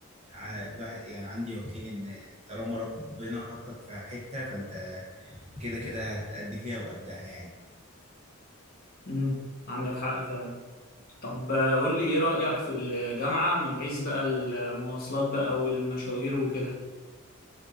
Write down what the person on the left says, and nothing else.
امم عندك حق فعلا طب آه، قول لي ايه رايك في الجامعه من حيث بقى المواصلات بقى والمشاوير وكده